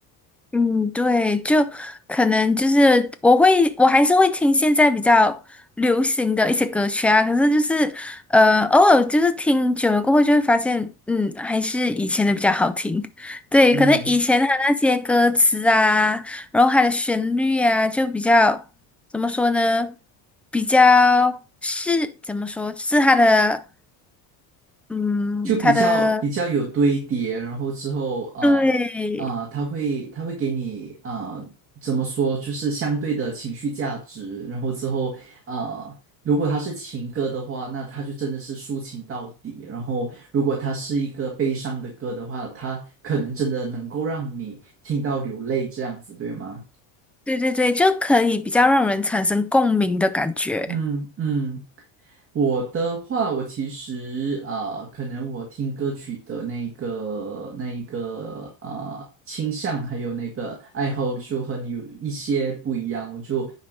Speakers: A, in the centre; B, on the right.
A: 嗯，对，就可能就是我会，我还是会听现在比较流行的一些歌曲啊。可是就是呃，偶尔就是听久了过后，就会发现，嗯，还是以前的比较好听。对，
B: 嗯。
A: 可能以前他那些歌词啊，然后它的旋律啊，就比较怎么说呢？比较是怎么说？是它的。嗯，
B: 就比较比较有堆叠，
A: 他的
B: 然后之后啊啊，
A: 对，
B: 他会他会给你啊、呃怎么说，就是相对的情绪价值，然后之后啊、呃如果它是情歌的话，那它就真的是抒情到底；然后如果它是一个悲伤的歌的话，它可能真的能够让你听到流泪，这样子，对吗？
A: 对对对，就可以比较让人产生共鸣的感觉。
B: 嗯嗯。我的话，我其实啊、呃可能我听歌曲的那个那一个啊、呃倾向，还有那个爱好，就和你有一些不一样。我就